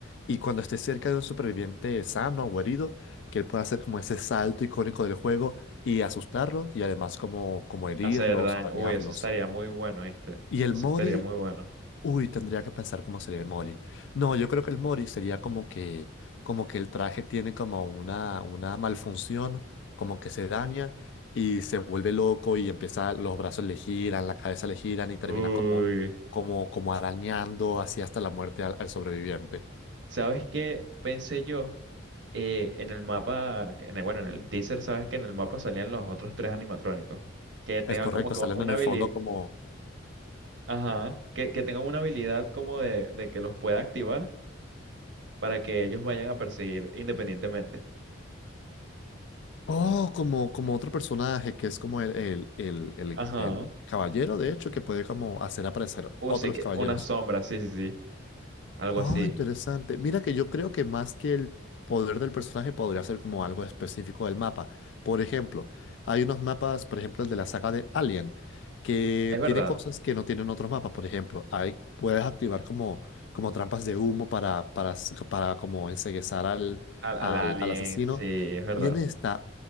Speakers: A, on the left; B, on the right.
A: y cuando esté cerca de un superviviente sano o herido, que él pueda hacer como ese salto icónico del juego y asustarlos y además como, como herirlos
B: Hacer daño.
A: o dañarlos.
B: Uy, eso estaría muy bueno, este.
A: Y el
B: Eso
A: Mori
B: estaría muy bueno.
A: Uy, tendría que pensar cómo sería el Mori. No, yo creo que el Mori sería como que, como que el traje tiene como una, una malfunción, como que se daña y se vuelve loco y empieza, los brazos le giran, la cabeza le giran y termina
B: Uy.
A: como, como, como arañando así hasta la muerte al, al sobreviviente.
B: ¿Sabes qué pensé yo? Eh, en el mapa, que en el- bueno, en el teaser, sabes que en el mapa salían los otros tres animatrónicos. Que tenga
A: Es correcto,
B: como que
A: salen
B: una
A: en el
B: habilidad.
A: fondo como,
B: Ajá, que, que tengan una habilidad como de, de que los pueda activar para que ellos vayan a perseguir independientemente.
A: oh, como, como otro personaje que es como el, el, el, el,
B: Ajá.
A: el caballero, de hecho, que puede como hacer aparecer
B: Uh,
A: otros
B: sí, que
A: caballeros.
B: una sombra, sí, sí, sí. Algo
A: Ah,
B: así.
A: interesante. Mira que yo creo que más que el poder del personaje podría ser como algo específico del mapa. Por ejemplo, hay unos mapas, por ejemplo, el de la saga de Alien, que
B: Es verdad.
A: tiene cosas que no tienen otros mapas. Por ejemplo, hay, puedes activar como, como trampas de humo para, para, s- para como enceguezar al,
B: Al, al
A: al,
B: alien,
A: al asesino.
B: sí, es verdad.
A: Y en esta,